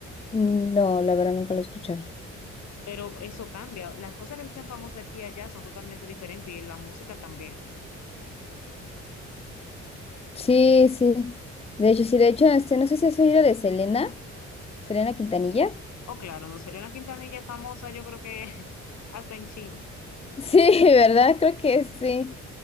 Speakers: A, on the left (about 20°); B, on the left (about 65°).
A: No, la verdad nunca lo escucharon.
B: Pero eso cambia. Las cosas que se hacen famosas aquí y allá son totalmente diferentes y la música también.
A: Sí, sí. De hecho, sí, de hecho, este, no sé si has oído de Selena, Selena Quintanilla.
B: Oh, claro, no sería una Quintanilla es famosa, yo creo que <laughs> hasta en China.
A: Sí, <laughs> ¿verdad? Creo que sí.